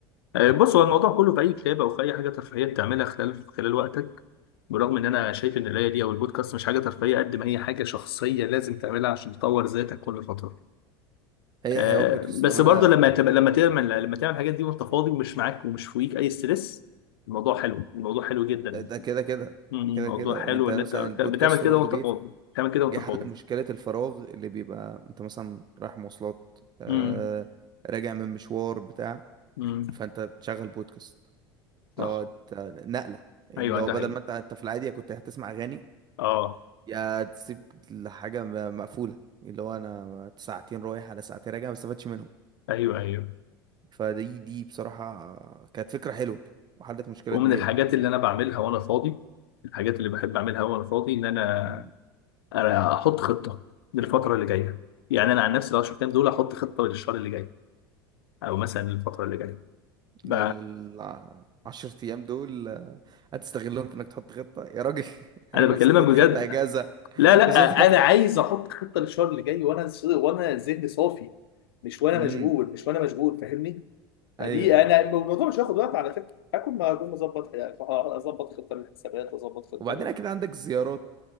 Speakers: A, on the left; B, on the right.
A: آه، بص هو الموضوع كله في اي كتابه او في اي حاجه ترفيهيه بتعملها خلال خلال وقتك برغم ان انا شايف ان القرايه دي او البودكاست مش حاجه ترفيهيه قد ما هي حاجه شخصيه لازم تعملها عشان تطور ذاتك كل فتره
B: هي
A: آه،
B: هي هو البودكاست
A: بس
B: بأمانة
A: برضه لما تبقى لما تعمل لما تعمل الحاجات دي وانت فاضي ومش معاك ومش فوقيك اي ستريس الموضوع حلو الموضوع حلو جدا
B: ده كده كده
A: مم، الموضوع
B: كده كده
A: حلو
B: انت
A: ان
B: مثلا
A: انت
B: البودكاست
A: بتعمل كده
B: برضو
A: وانت
B: جه
A: فاضي بتعمل كده وانت
B: جه حل
A: فاضي
B: مشكلة الفراغ اللي بيبقى انت مثلا رايح مواصلات آه
A: امم
B: راجع من مشوار بتاع
A: امم
B: فانت تشغل بودكاست اه
A: صح
B: انت- نقلة اللي
A: ايوه
B: هو
A: ده
B: بدل
A: حقيقي
B: ما انت انت في العادي كنت هتسمع أغاني
A: اه
B: يا تسيب الحاجة م- مقفولة اللي هو انا ساعتين رايح على ساعتين راجع ما استفدتش منهم
A: ايوه ايوه
B: فدي دي بصراحة كانت فكرة حلوة وحلت مشكلة
A: ومن
B: كبيرة
A: الحاجات اللي انا بعملها وانا فاضي الحاجات اللي بحب اعملها وانا فاضي ان انا
B: مم.
A: انا احط خطه للفتره اللي جايه يعني انا عن نفسي لو 10 ايام دول احط خطه للشهر اللي جاي او مثلا للفتره اللي جايه ب...
B: لل- الع- عشر أيام دول آه، هتستغلهم في إنك تحط خطة يا راجل <laughs> يا
A: انا
B: راجل
A: بكلمك
B: صدقت
A: بجد
B: خدت أجازة
A: لا لا
B: وصدقت
A: انا
B: خدت
A: عايز احط خطه للشهر اللي جاي وانا ص- وانا ذهني صافي مش وانا
B: امم
A: مشغول مش وانا مشغول فاهمني فدي
B: أيوه أيوه
A: انا الموضوع مش هياخد وقت على فكره هكون ما هكون مظبط اظبط خطه للحسابات اظبط خطه
B: وبعدين
A: لل...
B: أكيد عندك زيارات